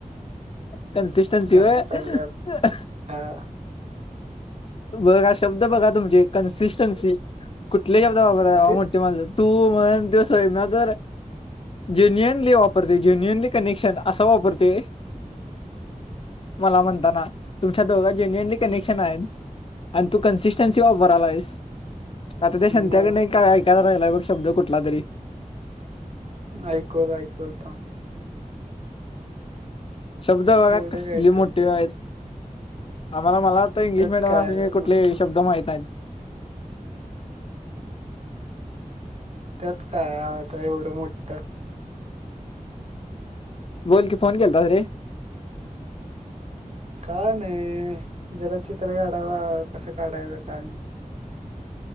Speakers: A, on the left; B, on the right.
A: कनसिस्टनसी
B: असं
A: ह
B: चाललंय आमचं हा
A: बघा शब्द बघा तुमचे कन्सिस्टन्सी कुठ कि घेता बाबर
B: ते
A: मोठठी माण तू म्हणून त सोयम ना तर जेन्युअनली वापरते जेन्युअनली कनेक्शन असा वापरते. मला म्हणताना तुमच्या दोघ जेन्युनली कनेक्शन आहेत. आणि तू कन्सिस्टन्सी वापराला आहेस आता ते सते्याकड
B: मग
A: काय ऐकाय राहिलाय बघ शब्द कुठला तरी
B: ऐकवलं ऐकवलं थांब.
A: शब्द बघा
B: एवढं
A: कसली
B: काय त्यात
A: मोठी आहेत. आम्हाला मला आता इंग्लिश
B: त्यात
A: मीडियमून
B: काय
A: कुठले
B: मोठं
A: शब्द माहित नाहीत.
B: त्यात काय आता एवढं मोठं
A: बोल की फोन केलता रे
B: काय नाही जरा चित्र काढावा कसं काढायचं का नाही